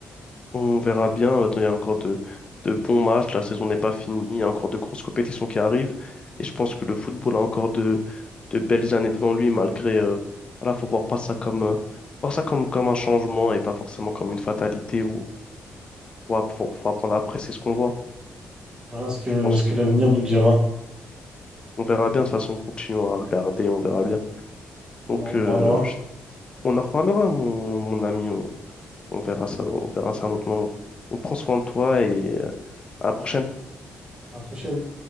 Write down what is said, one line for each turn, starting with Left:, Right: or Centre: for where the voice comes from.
Left: On verra bien. Attends, il y a encore de, de bons matchs. La saison n'est pas finie. Il y a encore de grosses compétitions qui arrivent. Et je pense que le football a encore de, de belles années devant lui, malgré. euh, voilà, faut voir pas ça comme, euh, voir ça comme, comme un changement et pas forcément comme une fatalité où faut, app- faut- faut apprendre à apprécier ce qu'on voit.
Right: On verra ce que,
Left: Je pense
Right: ce que
Left: que
Right: l'avenir nous dira.
Left: on verra bien. De toute façon, on continue à regarder. On verra bien.
Right: On
Left: Donc,
Right: en reparlera.
Left: euh, je- on en reparlera, mon, mon ami. On, on verra ça, on verra ça à un autre moment. Donc, prends soin de toi et À la prochaine.
Right: À la prochaine.